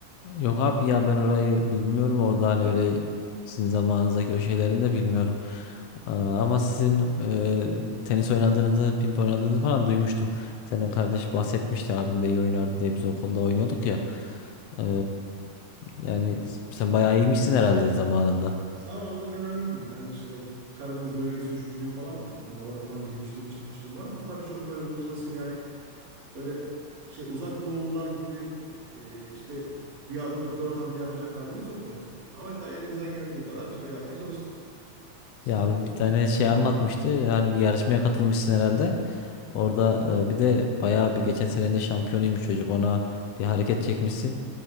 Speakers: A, on the left; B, on the right.
A: Yok abi ya ben orayı bilmiyorum. Orada hani öyle sizin zamanınızdaki o şeylerini de bilmiyorum. Aa, Ama sizin e, tenis oynadığınızı, ping pong oynadığınızı falan duymuştum. Senin kardeş bahsetmişti abim de iyi oynardı diye biz okulda oynuyorduk ya. Ee, yani
B: Valla
A: sen bayağı iyiymişsin herhalde zamanında.
B: zamanında fena değildim yani içinde Karadeniz bölgesi üçüncülüğü falan var. Turnuvalara falan girmişliğim çıkmışlığım var ama tabii çok böyle ultra seviye yani böyle şey uzak doğullar gibi e, işte bir adımda dört hamle yapacak halimiz yok tabii ki. Ama tabii elimizden geldiği kadar bir şeyler yapmaya çalıştık. Sen
A: Ya abi bir tane şey anlatmıştı. Yani bir yarışmaya katılmışsın herhalde. Orada e, bir de bayağı bir geçen sene de şampiyonuymuş çocuk. Ona bir hareket çekmişsin.